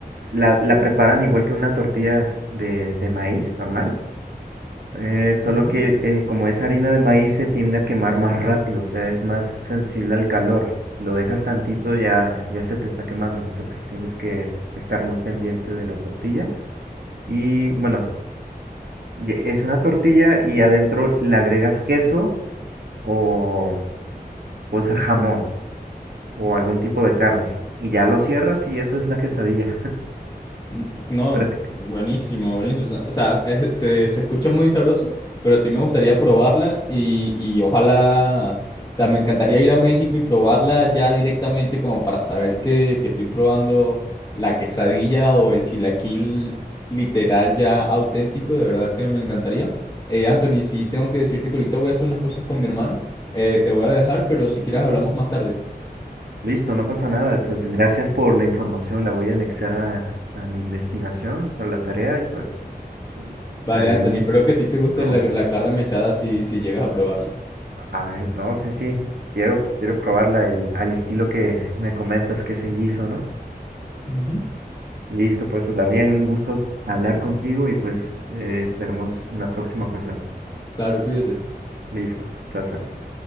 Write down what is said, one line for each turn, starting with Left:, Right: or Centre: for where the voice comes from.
Right: la, la preparan igual que una tortilla de, de maíz normal. Eh, solo
Left: Ujú.
Right: que eh, como es harina de maíz se tiende a quemar más rápido, o sea, es más sensible al calor. Si lo dejas tantito ya, ya se te está quemando, entonces tienes que estar muy pendiente de la tortilla. Y bueno, y es una tortilla y adentro le agregas queso o puede ser jamón o algún tipo de carne. Y ya lo cierras y eso es la quesadilla.
Left: Mm, pues, No,
Right: práctica-
Left: buenísimo, buenísimo. O sea, o sea, eh, se, se escucha muy sabroso, pero sí me gustaría probarla y, y ojalá, o sea, me encantaría ir a México y probarla ya directamente como para saber que, que estoy probando la quesadilla o el chilaquil literal ya auténtico, de verdad que me encantaría. Eh, Anthony, sí tengo que decirte que ahorita voy a hacer unas cosas con mi hermano, eh, te voy a dejar, pero si quieres hablamos más tarde.
Right: Listo, no pasa nada. Pues gracias por la información, la voy a anexar a, a mi investigación, a la tarea y pues... Mm,
Left: Vale,
Right: Ahí
Left: Anthony, espero que sí te guste
Right: lo,
Left: la, la carne mechada si, si llegas a probarla.
Right: a ver, no, sí, sí, quiero, quiero probarla el, al estilo que me comentas que es en guiso, ¿no?
Left: Ujú.
Right: Listo, pues Daniel, un gusto hablar contigo y pues eh, esperemos una próxima ocasión.
Left: Claro, cuídate.
Right: Listo, chao, chao.